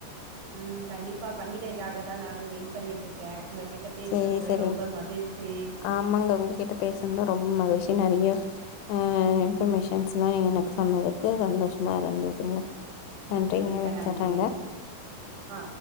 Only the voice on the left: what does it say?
சேரி சேரி
ஆமாங்க உங்ககிட்ட பேசுனது ரொம்ப மகிழ்ச்சி நெறைய ம் ம் இன்ஃபர்மேஷன்ஸ்லா எனக்கு சொன்னதுக்கு சந்தோஷமா இருந்துதுங்க நன்றிங்க
வச்சறங்க